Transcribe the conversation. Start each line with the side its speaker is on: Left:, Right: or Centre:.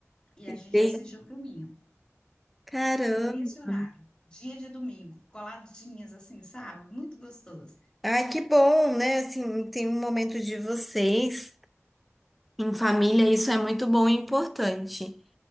Left: E
Centre: E
Left: a gente
Centre: tem-
Left: assiste um filminho
Centre: Caramba!
Left: nesse horário, dia de domingo, coladinhas assim, sabe? Muito gostoso.
Centre: Ai, que bom, né? Assim, tem um momento de vocês em família, isso é muito bom e importante.